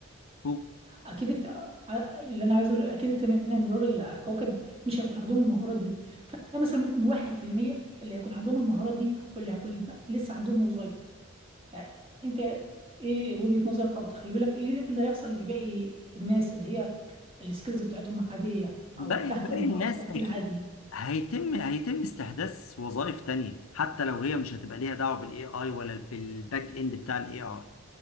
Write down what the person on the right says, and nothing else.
اكيد الت... ع- اللي انا عايز اقول اكيد التمانية مليار اللي على الكوكب مش هيكون عندهم المهارات دي فمثلا ممكن واحد في المية اللي هيكون عندهم المهارات دي واللي هيكون لسه عندهم وظائف فانت ايه وجهة نظرك او تخيلك ايه اللي هيحصل لباقي الناس اللي هي السكيلز بتاعتهم عادية
او تحت
الم...
او تحت
العادي